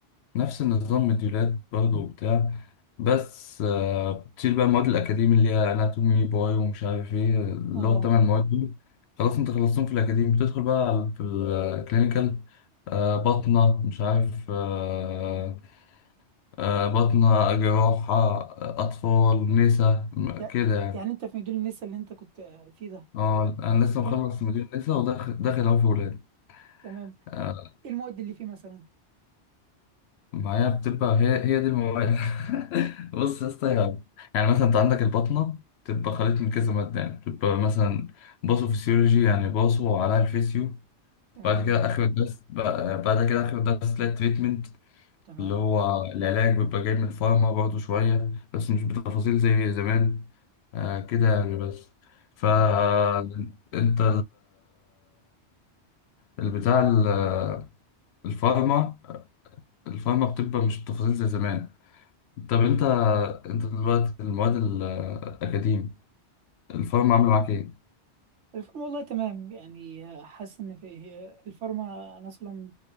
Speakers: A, on the left; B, on the right.
A: نفس النظام مديولات برضه وبتاع بس آه، بتشيل بقى المواد الأكاديمي اللي هي أناتومي باي ومش عارف إيه اللي
B: اه
A: هو التمن مواد دول خلاص أنت خلصتهم في الأكاديمي بتدخل بقى على- في الكلينيكال بطنة مش عارف آه، آه، بطنة جراحة آه، أطفال نسا م-
B: يع-
A: كده يعني
B: يعني انت في مديول النسا اللي انت كنت آه، فيه ده
A: اه أنا
B: آه، في...
A: لسه
B: كم...
A: مخلص مدير نسا وداخل داخل أهو في ولاد
B: تمام
A: آه،
B: ايه المواد اللي فيه مثلا
A: معايا بتبقى هي هي دي المواد <laughs> بص يا اسطى يا- يعني مثلا أنت عندك البطنة بتبقى خليط من كذا مادة يعني بتبقى مثلا باثوفيسيولوجي يعني باثو على الفيسيو
B: تمام
A: بعد كده آخر الدرس بقى- بعد كده آخر الدرس تلاقي تريتمنت
B: تمام
A: اللي هو العلاج بيبقى جاي من الفارما برضه شوية بس مش بتفاصيل زي زمان آه، كده يعني بس فانت
B: اه
A: البتاع ال- آه، الفارما الفارما بتبقى مش بتفاصيل زي زمان طب انت انت دلوقتي المواد الاكاديم الفارما عامله معاك ايه
B: الفارما والله تمام يعني آه، حاسس ان في هي الفارما انا اصلا